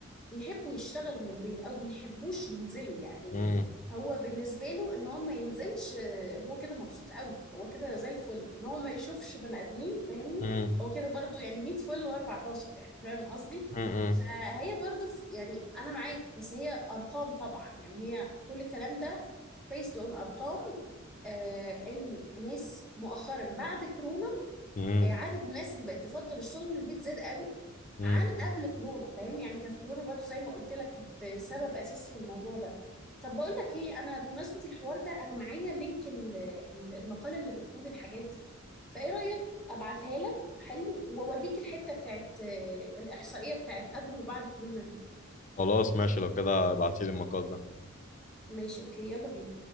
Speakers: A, in the centre; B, on the left (about 40°).
A: بيحبوا يشتغلوا من البيت او بيحبوش ينزلوا يعني
B: مم.
A: هو بالنسبة له ان هو ما ينزلش آه، هو كده مبسوط قوي هو كده زي الفل ان هو ما يشوفش بني ادمين فاهمني
B: مم.
A: هو كده برضو يعني 100 فل و14 يعني فاهم قصدي
B: مم.
A: فهي برضو ف- يعني انا معاك بس هي ارقام طبعا يعني هي كل الكلام ده based on ارقام آه ان ناس مؤخرا بعد كورونا
B: مم.
A: آه، عدد الناس اللي بقت تفضل الشغل من البيت زاد قوي
B: مم.
A: عن قبل كورونا فاهم يعني كانت كورونا برضو زي ما قلت لك كانت سبب اساسي في الموضوع ده طب بقول لك ايه انا بمناسبه الحوار ده انا معايا لينك ال- ال- المقاله اللي بتقول الحاجات دي فايه رايك ابعتها لك حلو واوريك الحته بتاعت آه، الاحصائيه بتاعت قبل وبعد كورونا دي
B: خلاص ماشي لو كده ابعتيلي المقال ده
A: ماشي اوكي يلا بينا